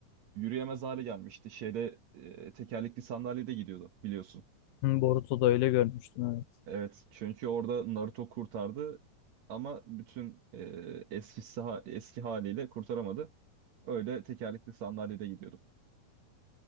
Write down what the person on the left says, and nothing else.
Hı, Boruto'da öyle görmüştüm evet.